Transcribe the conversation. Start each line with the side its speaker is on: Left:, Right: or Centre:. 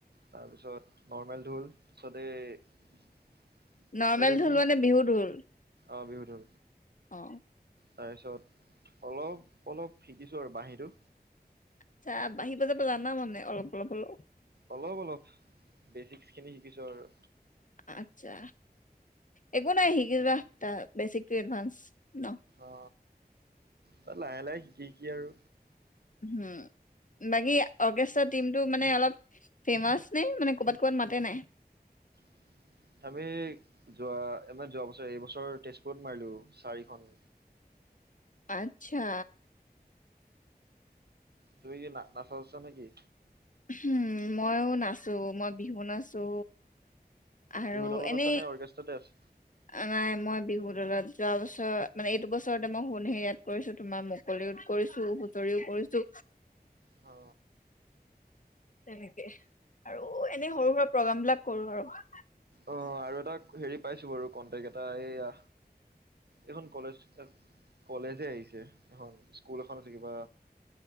Right: তাৰপিছত নৰ্মেল ঢোল ততে এইটো
Left: নৰ্মেল ঢোল
Right: কি
Left: মানে বিহু ঢোল
Right: অ বিহুটো
Left: অ
Right: তাৰপিছত অলপ অলপ শিকিছো আৰু বাঁহীটো
Left: আচ্ছা বাহি বজাব জানা মানে অলপ অলপ হলেও
Right: অলপ অলপ বেচিকছ খিনি শিকিছো আৰু
Left: আতছা একো নাই শিকিবা বেছিক টো এডভান্স ন
Right: অ তই লাহে লাহে শিকি শিকি আৰু
Left: হম বাকী অৰ্কেষ্ট্ৰা টিমটো মানে অলপ ফেমাচ নে মানে ক'বাত ক'বাত মাতে নাই
Right: <inaudible> আমি যোৱা আবাৰ যোৱা বছৰ এইবছৰ তেজপুৰত মাৰিলো চাৰিখন
Left: আচ্ছা
Right: তুমি কি নাচ নাছা নেকি
Left: উম মইও নাচো মই বিহু নাচো আৰু
Right: বিহু দলত
Left: এনেই
Right: আছা নে অৰ্কেষ্ট্ৰাতে আছা
Left: অ মই বিহু দলত যোৱা বছৰ মানে এইটো বছৰতে মই সোণ হেৰিয়াত কৰিছো তোমাৰ মুকলিওত কৰিছো বতৰিও কৰিছো
Right: অ
Left: তেনেকে আৰু এনে সৰু সুৰা প্ৰগ্ৰাম বিলাক কৰো আৰু
Right: অ আৰু এটা হেৰি পাইছো বাৰু কন্টেক্ট এটা এইয়া এইখন কলেজ কলেজে আহিছে এখন স্কুল এখন আছে কিবা